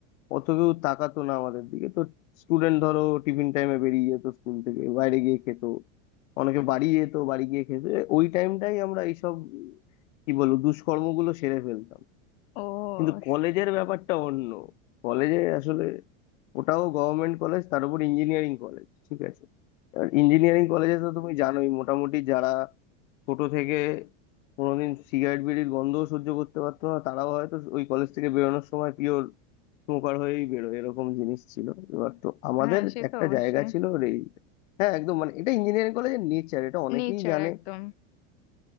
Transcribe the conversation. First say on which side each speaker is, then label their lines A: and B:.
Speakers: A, on the left; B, on the left.
A: অত কেউ তাকাতো না আমাদের দিকে তো স্টুডেন্ট ধরো টিফিন টাইমে বেরিয়ে যেত স্কুল থেকে বাইরে গিয়ে খেত অনেকে বাড়ি যেত বাড়ি গিয়ে খেতে ওই টাইমটাই আমরা এইসব কি বলবো দুষ্কর্মগুলো সেরে ফেলতাম
B: ও
A: কিন্তু কলেজের ব্যাপারটা অন্য কলেজে আসলে ওটাও গভর্নমেন্ট কলেজ তার উপর ইঞ্জিনিয়ারিং কলেজ ঠিক আছে এবার ইঞ্জিনিয়ারিং কলেজে তো তুমি জানোই মোটামুটি যারা ছোট থেকে কোনোদিন সিগারেট বিড়ির গন্ধও সহ্য করতে পারতো না তারাও হয়তো ওই কলেজ থেকে বেরোনোর সময় পিওর স্মোকার হয়েই বেরোয় এরকম জিনিস ছিল এবার তো আমাদের
B: হ্যাঁ সে
A: একটা
B: তো অবশ্যই
A: জায়গা ছিল রে হ্যাঁ একদম মানে এটা ইঞ্জিনিয়ারিং কলেজের নেচার এটা অনেকেই
B: নেচার
A: জানে
B: একদম